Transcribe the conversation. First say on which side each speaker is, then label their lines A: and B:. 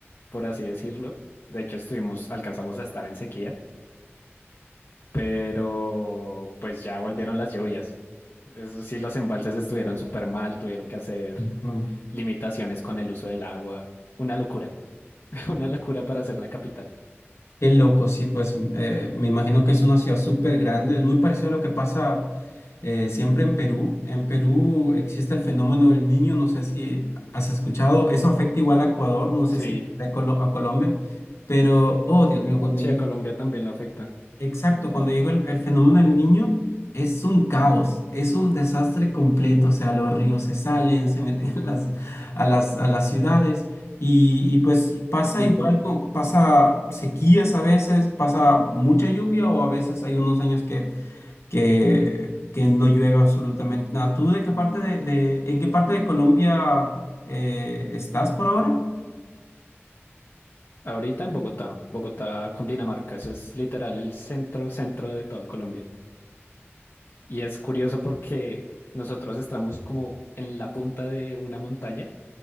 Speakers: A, on the left; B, on the left.
A: por así decirlo. De hecho estuvimos, alcanzamos a estar en sequía, pero pues ya volvieron las lluvias. Eso sí, los embalses estuvieron súper mal, tuvieron que hacer
B: Ujú.
A: limitaciones con el uso del agua. Una locura, <laughs> una locura para ser la capital.
B: Qué loco, sí, pues mm, eh, me imagino que es una ciudad súper grande, es muy parecido a lo que pasa eh, siempre en Perú. En Perú existe el fenómeno del niño, no sé si has escuchado, eso afecta igual a Ecuador, no sé
A: Sí,
B: si a, Colo- a Colombia, pero, oh Dios mío, cuando
A: sí,
B: llega...
A: a Colombia también lo afecta.
B: Exacto, cuando llega el, el fenómeno del niño es un caos, es un desastre completo, o sea, los ríos se salen, se meten <laughs> a las, a las, a las ciudades y, y pues pasa
A: Ujú.
B: igual, con, pasa sequías a veces, pasa mucha lluvia o a veces hay unos años que, que, que no llueve absolutamente nada. ¿Tú de qué parte de, de- en qué parte de Colombia eh, estás por ahora?
A: Ahorita en Bogotá, Bogotá, Cundinamarca, eso es literal el centro, centro de toda Colombia. Y es curioso porque nosotros estamos como en la punta de una montaña